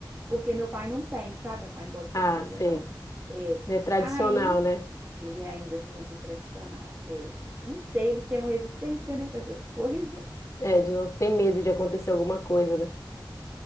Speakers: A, on the right; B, on the left.
A: porque meu pai não tem, sabe? Meu pai não gosta dessas
B: Ah,
A: coisas,
B: sei.
A: não. É.
B: É tradicional,
A: Aí
B: né?
A: Ele é ainda do, do tradicional. É, não sei, eles têm uma resistência, né, com essas <laughs> coisas.
B: É, de não ter medo de acontecer alguma coisa, né?